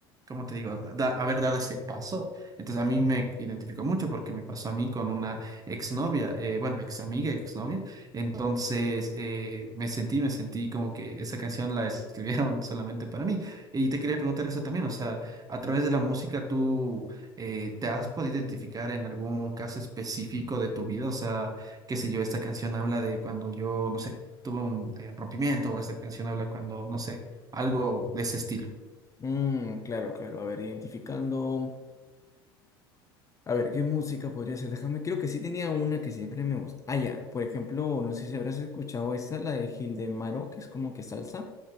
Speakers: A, on the right (about 30°); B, on the left (about 25°).
A: ¿cómo te digo?, da- haber dado ese paso. Entonces a mí me identificó mucho porque me pasó a mí con una exnovia, eh, bueno, ex amiga, exnovia. Entonces eh, me sentí, me sentí como que esa canción la escribieron <laughs> solamente para mí. Y te quería preguntar eso también, o sea, a través de la música tú eh, ¿te has podido identificar en algún caso específico de tu vida? O sea, qué sé yo, esta canción habla de cuando yo, no sé, tuve un eh, rompimiento, o esta canción habla cuando, no sé, algo de ese estilo.
B: Mm, claro, claro, a ver, identificando. A ver, ¿qué música podría ser? Déjame, creo que sí tenía una que siempre me gusta. Ah, ya, por ejemplo, no sé si habrás escuchado esta, la de Gildemaro, que es como que salsa,